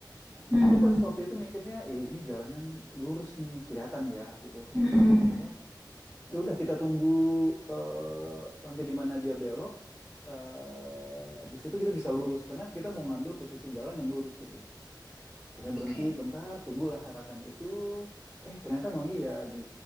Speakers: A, in the centre; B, on the left (about 25°).
A: hmm,
B: Jadi pas waktu itu mikirnya, "Ih, ini jalannya lurus nih, kelihatan ya gitu. Terus
A: hmm, hmm.
B: mikirnya Ya udah kita tunggu eh, sampai di mana dia belok. Eh, habis itu kita bisa lurus karena kita mau ngambil posisi jalan yang lurus gitu. Kita berhenti
A: Oke.
B: bentar, tunggulah harakan itu. Eh ternyata memang iya di